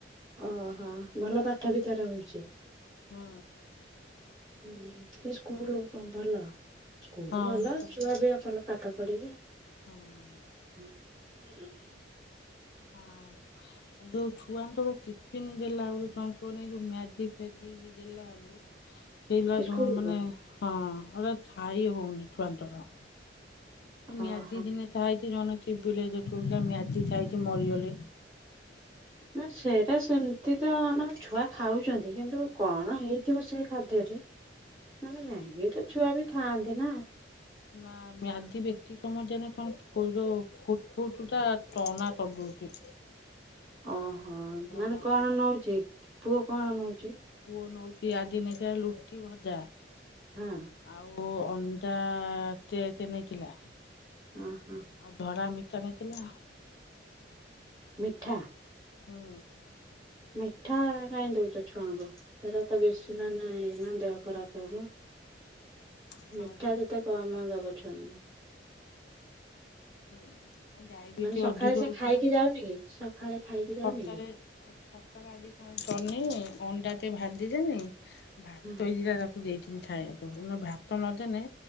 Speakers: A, on the right; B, on the left.
A: ଅହୋ ଭଲ ପାଠ ବି ତାର ହଉଛି।
B: ହଁ।
A: <unintelligible> ସ୍କୁଲ
B: ହଉଛି।
A: ଭଲ ସ୍କୁଲ
B: ହଁ
A: ଭଲ ଛୁଆ ବି ଆ ଭଲ ପାଠ ପଢ଼ିବେ।
B: ହଁ।
A: ହଁ, <inaudible>
B: ହଁ। ଦଉ ଛୁଆଙ୍କର, ଟିପିନ୍ ଦେଲା ଳୁ କଣ କୁହନି କି ଯୋଉ ମ୍ୟାଗି ଫେଗି ଯେ ଦେଲା ଆଳୁ ସେଇଲା
A: ସ୍କୁଲ
B: ଥ, ମାନେ ହଁ, ଗଟେ ଥାଇ ହଉନି ଥୁଆଙ୍କର।
A: ଓହୋ
B: ମ୍ୟାଦି ଦିନେ ଥାଇଥି, ଜଣେ <unintelligible> ମ୍ୟାଦି ଥାଇଥି ମରିଅଲେ।
A: ନା ସେଇଟା ସେନ୍ ଏମିତି ତ ଆମ ଛୁଆ ଖାଉଛନ୍ତି, କିନ୍ତୁ କଣ ହେଇଥିବ ସେଇ ଖାଦ୍ୟରେ? ନା, ନା, ମ୍ୟାଗି ତ ଛୁଆ ବି ଖାଆନ୍ତି ନା!
B: ନା। ମ୍ୟାଦି ବେତି ସମୟ ଦେନେ ତଣ ଫୁରୋ ଫୁଟ୍ ଫୁଟ୍ ଟା ଟଣା ତରଦଉଛି।
A: ଓହୋ! ମାନେ
B: ମାଡୁଛି
A: କଣ
B: ତାକୁ।
A: ନଉଛି, ପୁଅ କଣ ନଉଛି?
B: ପୁଅ ନଉଟି, ଆଦି ନେଇଥିଲା ଲୁଟି ଭଜା।
A: ହଁ।
B: ଆଉ ଅଣ୍ଡା ତେତ୍ ନେଇକିଲା।
A: ହଁ, ହଁ।
B: ଆଉ ଧରା ମିଠା ନେଇଥିଲା।
A: ମିଠା।
B: ହୁଁ।
A: ମିଠା କାଇଁ ଦଉଛ ଛୁଆଙ୍କୁ? ସେଇରା ତ ବେଶୀ ମାନେ ନା ଦେହ ଖରାପ ହବ।
B: ହଁ
A: ମିଠା
B: ବା
A: ଯେତେ କମ ଦବ ଛୁଆଙ୍କୁ।
B: ହୁଁ, ଡାଇବେଟି
A: ମାନେ ସକାଳେ
B: ଅଧିତ
A: ସେ
B: ହଉଛି
A: ଖାଇକି
B: ନା।
A: ଯାଉନି କି? ସଖାଳେ ଖାଇକି
B: ସତାରେ
A: ଯାଉନି କି
B: ଆ ଛ ସକାଳେ ଆଜି ତଣ କନି ଅଣ୍ଡା ଟେ ଭାଦି ଦେନି। ଭାତ
A: ହଁ
B: ଦିତା ରଖ ଦେଇଥିନି ଥାଇବାକୁ। ଭାତ ନଦେନେ